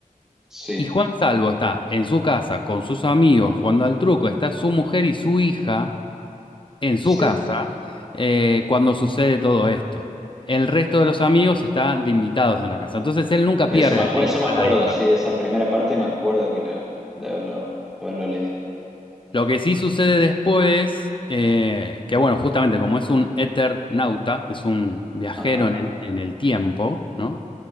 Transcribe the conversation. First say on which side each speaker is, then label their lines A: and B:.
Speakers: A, in the centre; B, on the left (about 35°).
A: sí,
B: Y Juan Salvo está en su casa con sus amigos jugando al truco, está su mujer y su hija en su
A: sí.
B: casa eh, cuando sucede todo esto. El resto de los amigos están de invitados en la casa. Entonces él nunca
A: Eso
B: pierde
A: me
B: a
A: acuerdo,
B: la, hi-
A: eso me
B: a
A: acuerdo,
B: la hija.
A: sí, esa primera parte me acuerdo que le- de haberlo, de haberlo leído.
B: Lo que sí sucede después, eh, que bueno, justamente como es un eternauta, es un viajero
A: Ajá,
B: en el, en el tiempo, ¿no?